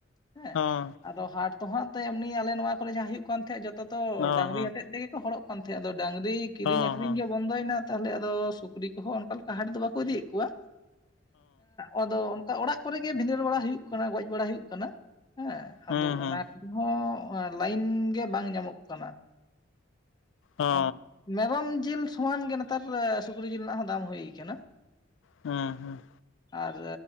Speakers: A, on the left (about 20°); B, on the left (about 70°).
A: ᱦᱮᱸ᱾
B: ᱦᱚᱸ
A: ᱟᱫᱚ ᱦᱟᱴ ᱛᱚ ᱦᱟᱸᱜ ᱛᱮ ᱮᱢᱱᱤ ᱟᱞᱮ ᱱᱚᱣᱟ ᱠᱚᱨᱮ ᱡᱟᱦᱟᱸ ᱦᱩᱭᱩᱜ ᱠᱟᱱ ᱛᱷᱮ ᱡᱚᱛᱚᱼᱼ ᱛᱚ
B: ᱚ
A: ᱰᱟᱝᱨᱤ
B: ᱦᱚᱸ
A: ᱦᱚᱛᱮᱫ ᱛᱮᱜᱮ ᱠᱚ ᱦᱚᱲᱚᱜ ᱠᱟᱱ ᱛᱷᱮ ᱟᱫᱚ ᱰᱟᱝᱨᱤ ᱠᱤᱨᱤᱧ
B: ᱦᱚᱸ
A: ᱟᱠᱷᱨᱤᱧ
B: ᱦᱚᱸ
A: ᱜᱮ ᱵᱚᱱᱫᱚᱭᱱᱟ ᱛᱟᱦᱚᱞᱮ ᱟᱫᱚ ᱥᱩᱠᱨᱤ ᱠᱚᱦᱚᱸ ᱚᱱᱠᱟ ᱞᱮᱠᱟ ᱦᱟᱴ ᱫᱚ ᱵᱟᱝᱠᱩ ᱤᱫᱤᱭᱮᱫ ᱠᱚᱣᱟ᱾ ᱟᱫᱚ ᱚᱱᱠᱟ ᱚᱲᱟᱜ ᱠᱚᱨᱮ ᱜᱮ ᱵᱷᱤᱸᱫᱟᱹᱲ ᱵᱟᱲᱟ ᱦᱩᱭᱩᱜ ᱠᱟᱱᱟ ᱜᱚᱡ ᱵᱟᱲᱟ ᱦᱩᱭᱩᱜ ᱠᱟᱱᱟ᱾ ᱦᱮᱸ ᱟᱫᱚ
B: ᱦᱚᱸ ᱦᱩᱸ
A: ᱚᱱᱟ
B: ᱦᱩᱸ
A: ᱠᱩᱦᱚᱸ ᱞᱟᱭᱤᱱ ᱜᱮ ᱵᱟᱝ ᱧᱟᱢᱚᱜ ᱠᱟᱱᱟ᱾
B: ᱦᱚᱸ
A: ᱦᱮᱸ ᱢᱮᱨᱚᱢ ᱡᱤᱞ ᱥᱚᱢᱟᱱ ᱜᱮ ᱱᱮᱛᱟᱨ ᱥᱩᱠᱨᱤ ᱡᱤᱞ ᱨᱮᱱᱟᱜ ᱦᱚᱸ ᱫᱟᱢ ᱦᱩᱭ ᱠᱟᱱᱟ᱾
B: ᱦᱩᱸ ᱦᱩᱸ
A: ᱟᱨ